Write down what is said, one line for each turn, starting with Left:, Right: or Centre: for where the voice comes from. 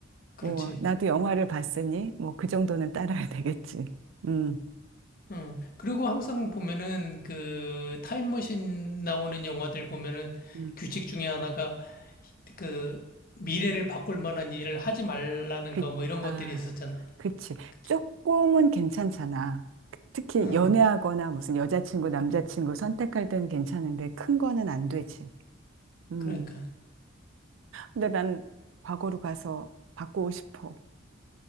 Left: 그렇지.
Right: 뭐, 나도 영화를 봤으니 뭐 그 정도는 따라야 되겠지. 음.
Left: 응. 그리고 항상 보면은 그 타임머신 나오는 영화들 보면은
Right: 음.
Left: 규칙 중에 하나가 그 미래를 바꿀 만한 일을 하지 말라는
Right: 그,
Left: 거 뭐 이런
Right: 아,
Left: 것들이 있었잖아.
Right: 그치.
Left: 그치?
Right: 조금은 괜찮잖아. 특히
Left: 응.
Right: 연애하거나 무슨 여자친구, 남자친구 선택할 때는 괜찮은데 큰 거는 안 되지. 음.
Left: 그러니까.
Right: 근데 난 과거로 가서 바꾸고 싶어.